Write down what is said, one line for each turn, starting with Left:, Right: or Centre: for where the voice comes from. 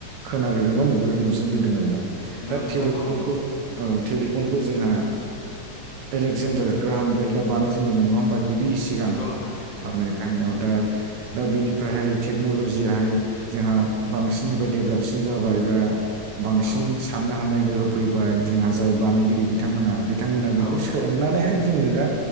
Right: खोनाग्रोदोंबा नुरो <unintelligible> आरो ना
Left: नोंथारगौ
Right: दा टेलिफनखौ
Left: नंगौ
Right: फनखौ जोंहा एलेकजेडार ग्राहाम बेल्टआव बानायजेनदोंमोन नङा। गिबि सिगां
Left: नंगौ नोंथां नंगौ
Right: आमेरिकानि
Left: नंगौ
Right: अर्डार दा बिनिफ्रायहाय टेक्न'लजियाहाय जोंहा बांसिननिफ्राय डेभेलपसिन जाबाय बा। बांसिन
Left: औ
Right: साननो हानाय गोहो फैबाय जोंहा जाय बानायगिरि बिथांमोनहा। बिथांमोना बेखौ
Left: औ नंगौ
Right: सोरांनानैहाय जोंनो दा